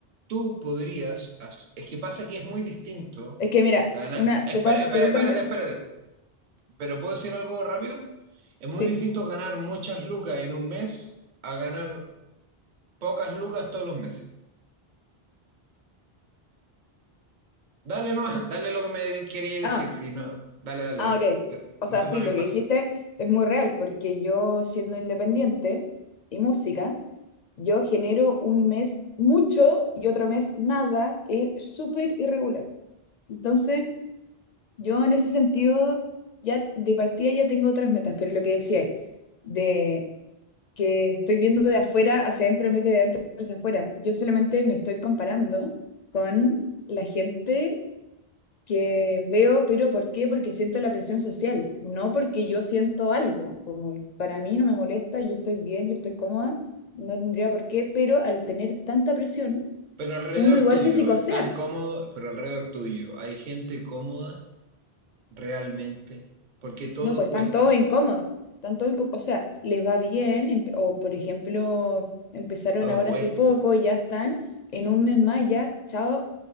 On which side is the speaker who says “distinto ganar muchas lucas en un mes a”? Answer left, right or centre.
Right